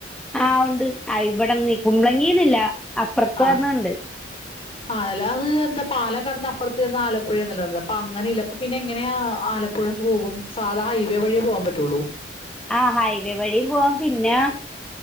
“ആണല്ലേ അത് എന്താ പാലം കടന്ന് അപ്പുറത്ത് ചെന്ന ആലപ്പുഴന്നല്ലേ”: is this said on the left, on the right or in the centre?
Left